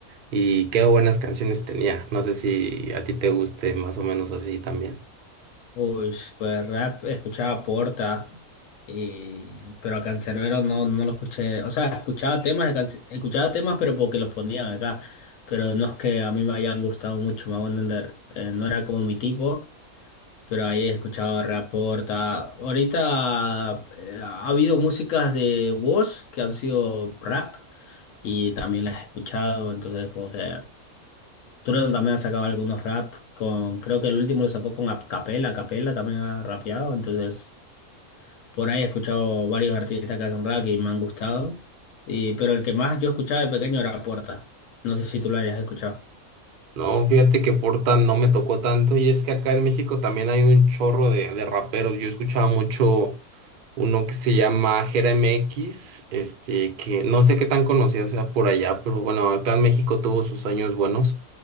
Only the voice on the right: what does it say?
Y qué buenas canciones tenía. No sé si a ti te guste más o menos así también.
No, fíjate que Porta no me tocó tanto y es que acá en México también hay un chorro de, de raperos. Yo escuchaba mucho uno que se llama Jeremy X, este, que no sé qué tan conocido sea por allá, pero bueno, acá en México tuvo sus años buenos.